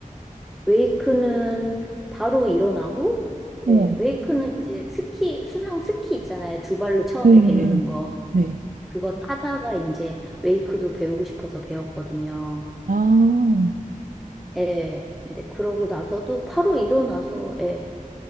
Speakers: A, in the centre; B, on the right.
A: 웨이크는 바로 일어나고,
B: 어,
A: 예, 웨이크는 이제 스키, 수상 스키 있잖아요. 두 발로 처음에
B: 네,
A: 배우는
B: 네.
A: 거.
B: 네.
A: 그거 타다가 이제 웨이크도 배우고 싶어서 배웠거든요.
B: 아,
A: 예. 근데 그러고 나서도 바로 일어나서, 예,